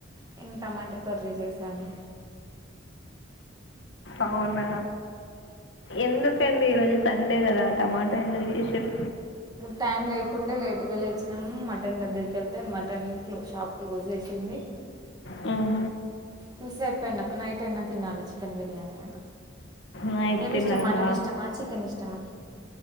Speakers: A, on the right; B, on the left.
A: నిను టమాటా కర్రీ చేసాను
B: అవున ఎందుకండి ఈ రోజు సండే కదా టమాటో ఎందుకు చేసిరు
A: టైం లేకుండే లేటుగా లేచినాము మటన్ దగ్గరికి వెళ్తే మటన్ క్లో షాప్ క్లోజ్ సింది
B: మ్
A: మిసైపోయిన నైటైన తినాలి చికెన్ బిర్యానీ అన్న
B: నైట్
A: ఎం
B: తిన్నారా
A: ఇష్టం మటన్ ఇష్టమా చికెన్ ఇష్టమా